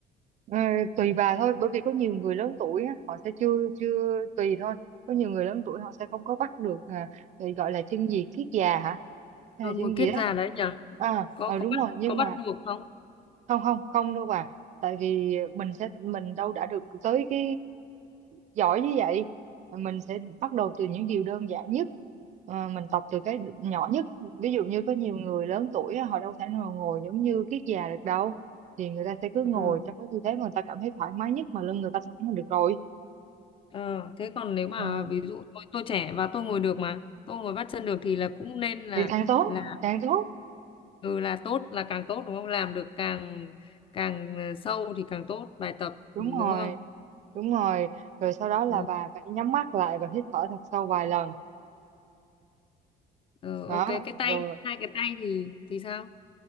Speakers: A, on the right; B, on the left.
A: Ờ, tùy bà thôi bởi vì có nhiều người lớn tuổi á, họ sẽ chưa chưa tùy thôi có nhiều người lớn tuổi họ sẽ không có bắt được à, thì gọi là chân gì kiết già hả hay
B: Rồi
A: là
B: ngồi
A: chân gì
B: kiết
A: đó
B: già đấy nhở
A: à
B: Có
A: ờ,
B: có
A: đúng
B: bắt
A: rồi nhưng
B: có bắt
A: mà
B: buộc không?
A: không không không đâu bà tại vì mình sẽ mình đâu đã được tới cái giỏi như vậy mình sẽ bắt đầu từ những điều đơn giản nhất Ờ, mình tập từ cái nhỏ nhất ví dụ như có nhiều người lớn tuổi á, họ đâu thể nào ngồi giống như kiết già được đâu thì người ta sẽ cứ
B: Ờ,
A: ngồi trong cái tư thế mà người ta cảm thấy thoải mái nhất mà lưng người ta thẳng là được rồi
B: ờ, thế còn nếu mà
A: ừ.
B: ví dụ tôi tôi trẻ và tôi ngồi được mà, tôi ngồi vắt chân được thì là cũng nên là
A: thì càng tốt
B: là
A: càng tốt
B: ừ là tốt là càng tốt đúng không? Làm được càng càng ờ, sâu thì càng tốt bài tập
A: đúng
B: ừ, đúng
A: rồi
B: không?
A: đúng rồi rồi sau đó là
B: Ờ.
A: bà phải nhắm mắt lại và hít thở thật sâu vài lần
B: ừ,
A: đó
B: ok cái tay
A: rồi
B: hai cái tay thì thì sao